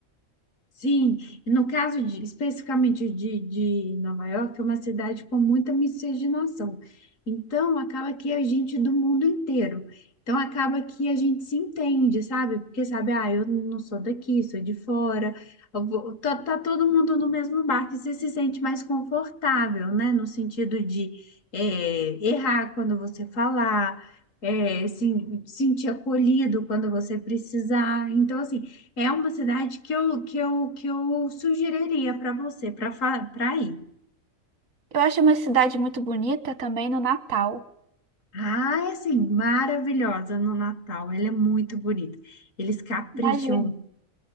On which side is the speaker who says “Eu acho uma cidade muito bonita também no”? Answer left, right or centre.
Right